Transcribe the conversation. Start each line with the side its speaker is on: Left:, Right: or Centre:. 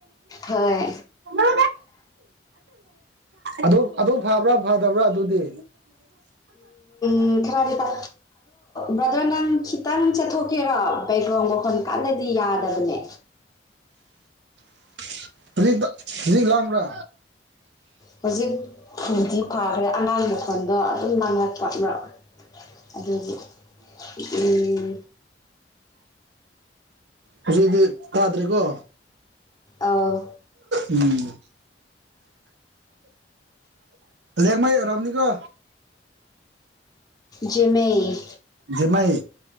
Left: ꯍꯣꯏ
Right: <unintelligible> <unintelligible> ꯑꯗꯨ ꯑꯗꯨ ꯐꯕ꯭ꯔꯥ ꯐꯗꯕ꯭ꯔꯥ ꯑꯗꯨꯗꯤ
Left: ꯎꯝ ꯈꯔꯗꯤꯐ ꯕ꯭ꯔꯗꯔ ꯅꯪ ꯈꯤꯇꯪ ꯆꯠꯊꯣꯛꯀꯦꯔꯣ ꯄꯩꯕ꯭ꯔꯣ ꯃꯈꯣꯟ ꯀꯥꯟꯂꯗꯤ ꯌꯥꯗꯕꯅꯦ
Right: <unintelligible> ꯍꯨꯖꯤꯛ ꯂꯥꯡꯕ꯭ꯔꯥ
Left: ꯍꯧꯖꯤꯛ ꯐꯗꯤ ꯐꯥꯈ꯭ꯔꯦ ꯑꯉꯥꯡ ꯃꯈꯣꯟꯗꯣ ꯑꯗꯨꯝ ꯅꯥꯡꯂꯛꯄ ꯑꯃꯛ ꯑꯗꯨꯒꯤ ꯎꯝ
Right: ꯍꯧꯖꯤꯗꯤ ꯇꯥꯗ꯭ꯔꯦꯀꯣ
Left: ꯑꯧ
Right: ꯎꯝ ꯂꯦꯡꯃꯩ ꯔꯣꯏꯔꯝꯅꯤ ꯀꯣ
Left: ꯖꯦꯃꯩ
Right: ꯖꯦꯃꯥꯏ